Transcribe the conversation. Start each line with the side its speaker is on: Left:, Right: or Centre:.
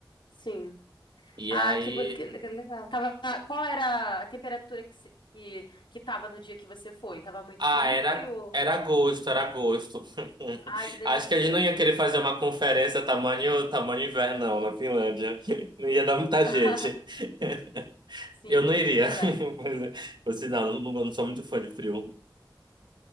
Left: Sim.
Right: E
Left: Ah,
Right: aí.
Left: que, bo- que le- que legal. Tava, qual era a temperatura que, se- que, que tava no dia que você foi? Tava muito
Right: Ah,
Left: frio?
Right: era, era agosto, era agosto. <laughs>
Left: Ai, que delícia.
Right: Acho que a gente não ia querer fazer uma conferência tamanho, tamanho inverno, não, na Finlândia. <laughs> Não ia dar muita gente.
Left: <laughs>
Right: <laughs>
Left: Sim,
Right: Eu não iria.
Left: é verdade.
Right: <laughs> Pois é. Por sinal, eu não, não sou muito fã de frio.